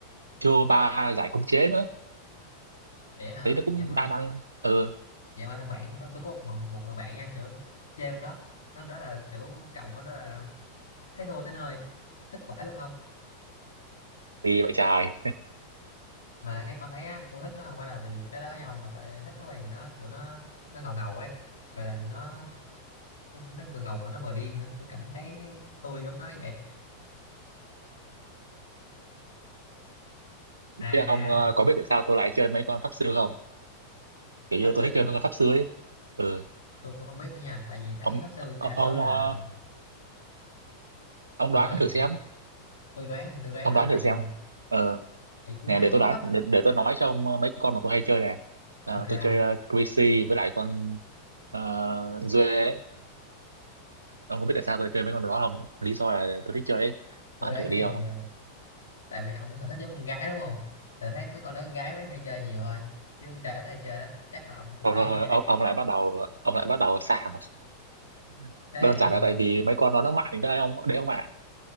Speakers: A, on the right; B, on the left.
A: chiêu ba giải khống chế nữa
B: vậy hả
A: thấy nó cũng
B: vậy mà
A: đa năng ừ
B: vậy mà thằng bạn tôi, tôi có một, một người bạn nha kiểu chơi con đó nó đó là kiểu cộng con đó là thấy thua tới nơi thích vãi luôn không
A: thì vậy trời <laughs>
B: mà cái con đấy á tôi thích nó không phải là vì cái đó nhau mà tại thích nó vì nó kiểu nó nó ngầu ngầu ấy và là nó nó, nó vừa ngầu mà nó vừa điên nữa tôi cảm thấy tôi giống nó vậy à
A: thế
B: à
A: ông ờ, có biết tại sao tôi lại chơi mấy con pháp sư không kiểu như
B: pháp sư
A: tôi thích chơi mấy con pháp sư ấy ừ
B: tôi cũng không biết nữa nha tại vì thấy
A: ông
B: pháp sư
A: ờ,
B: đa số
A: ông
B: là
A: ờ, ông
B: ông
A: đoán
B: nói
A: thử xem
B: gì tôi đoán thì tôi đoán
A: ông
B: là
A: đoán
B: tại
A: thử xem
B: vì
A: Ờ
B: tại tôi
A: nè
B: thấy
A: để tôi đoán
B: pháp
A: để, để tôi nói cho ông ờ, mấy con mà tôi hay chơi nè à,
B: ok không
A: tôi chơi ờ, Greasy với lại con uh, Duê ấy. ông có biết tại sao tôi lại chơi mấy con đó không lý do là tôi thích chơi ấy
B: tôi
A: đoán
B: đoán
A: thử đi
B: thì
A: ông
B: ờ, tại vì ông sở thích giống con gái đúng không tôi thấy mấy con đó con gái mới hay chơi nhiều thôi chứ con trai ít hay chơi đó chắc là ông có
A: thôi,
B: sở thích
A: thôi,
B: giống
A: thôi,
B: con gái
A: ông ông lại bắt đầu ông lại bắt đầu sảng <laughs>
B: <laughs> thế
A: đơn giản
B: thì
A: là tại vì mấy con đó nó mạnh đấy ông đấy ông ạ